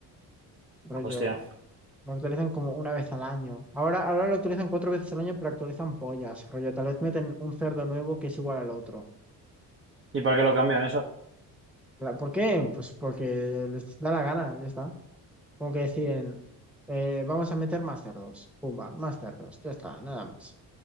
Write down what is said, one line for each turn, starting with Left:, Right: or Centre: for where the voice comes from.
Centre: Rollo,
Right: hostia.
Centre: lo actualizan como una vez al año. Ahora, ahora lo actualizan cuatro veces al año, pero actualizan pollas. Rollo, tal vez meten un cerdo nuevo que es igual al otro.
Right: ¿Y para qué lo cambian eso?
Centre: La- ¿Por qué? Pues porque les da la gana, ya está. Como que deciden, eh, vamos a meter más cerdos. Pumba, más cerdos, ya está, nada más.